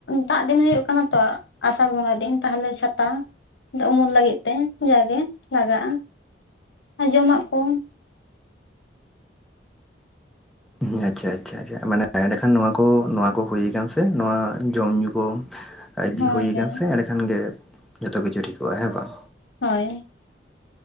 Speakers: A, on the left; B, in the centre.
A: ᱫᱟᱜ ᱫᱤᱱ ᱦᱩᱭᱩᱜ ᱠᱟᱱᱟ ᱛᱚ ᱟᱥᱟᱲ ᱵᱚᱸᱜᱟ ᱫᱤᱱ ᱛᱟᱦᱞᱮ ᱪᱷᱟᱛᱟ ᱟᱫᱚ ᱩᱢᱩᱞ ᱞᱟᱹᱜᱤᱫ ᱛᱮ ᱡᱟᱜᱮ ᱞᱟᱜᱟᱜᱼᱟ ᱟᱨ ᱡᱚᱢᱟᱜ ᱠᱚ
B: ᱦᱩ ᱟᱪᱷᱟ ᱟᱪᱷᱟ ᱟᱪᱷᱟ ᱢᱟᱱᱮ ᱮᱸᱰᱮᱠᱷᱟᱱ ᱱᱚᱣᱟ ᱠᱚ ᱱᱚᱣᱟ ᱠᱚ ᱦᱩ ᱟᱠᱟᱱ ᱥᱮ ᱱᱚᱣᱟ ᱡᱚᱢ ᱧᱩ ᱠᱚ ᱤᱫᱤ
A: ᱦᱳᱭ
B: ᱦᱩᱭᱠᱟᱱ
A: ᱦᱳᱭ
B: ᱥᱮ ᱮᱸᱰᱮᱠᱷᱟᱱ ᱜᱮ ᱡᱚᱛᱚ ᱠᱤᱪᱷᱩ ᱴᱷᱤᱠᱚᱜᱼᱟ ᱦᱮᱸ ᱵᱟᱝ
A: ᱦᱳᱭ